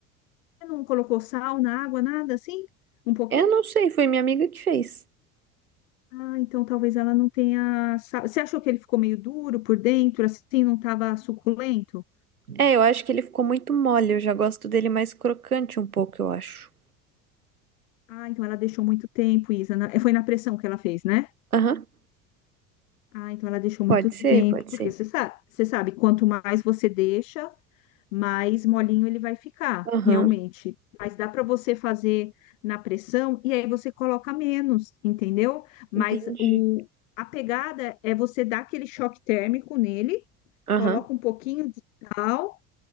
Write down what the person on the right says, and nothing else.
Eu não sei, foi minha amiga que fez.
É, eu acho que ele ficou muito mole, eu já gosto dele mais crocante um pouco, eu acho.
Aham,
Pode ser,
pode
ser.
Aham,
Entendi.
Aham,